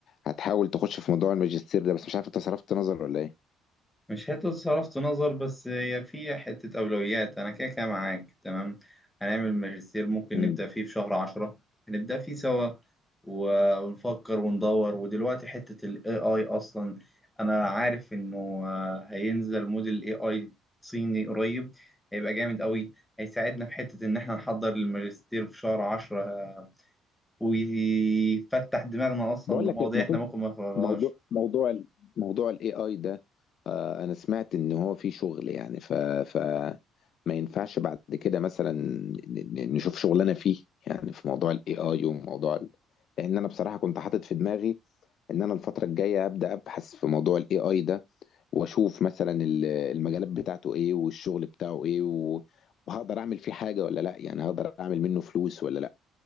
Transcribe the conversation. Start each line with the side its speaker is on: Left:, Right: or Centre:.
Left: هتحاول تخش في موضوع الماجستير ده بس مش عارف انت صرفت نظر ولا
Centre: مش حتة صرفت نظر بس هي في حتة أولويات أنا كده كده معاك تمام هنعمل ماجستير ممكن
Left: ايه
Centre: نبدأ فيه في شهر عشرة هنبدأ فيه سوا و- ونفكر وندور ودلوقتي حتة ال AI أصلا أنا عارف إنه آه، هينزل موديل AI صيني قريب هيبقى جامد قوي هيساعدنا في حتة إن إحنا نحضر الماجستير في شهر عشرة آه، ويفتح دماغنا أصلا
Left: بقول
Centre: لمواضيع
Left: لك إيه، ما
Centre: إحنا
Left: فيش
Centre: ممكن ما نقرأهاش
Left: موضوع موضوع ال- موضوع الاي اي ده آه انا سمعت ان هو في شغل يعني ف ف ما ينفعش بعد كده مثلا ن- ن- نشوف شغلنا فيه يعني في موضوع الاي اي وموضوع ال... لان انا بصراحه كنت حاطط في دماغي ان انا الفتره الجايه ابدا ابحث في موضوع الاي اي ده واشوف مثلا ال- المجالات بتاعته ايه والشغل بتاعه ايه و... وهقدر اعمل فيه حاجه ولا لا يعني هقدر اعمل منه فلوس ولا لا